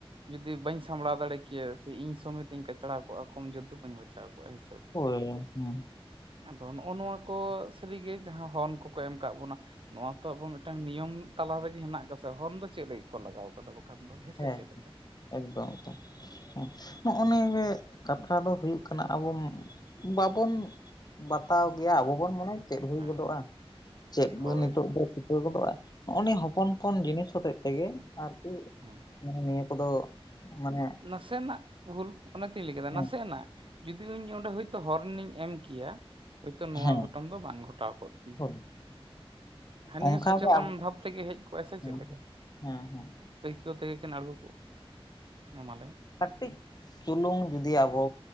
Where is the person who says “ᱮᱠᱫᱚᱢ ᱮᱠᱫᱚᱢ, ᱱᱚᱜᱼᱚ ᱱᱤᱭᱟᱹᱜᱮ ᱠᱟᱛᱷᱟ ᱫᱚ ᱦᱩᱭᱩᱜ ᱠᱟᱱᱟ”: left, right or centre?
Left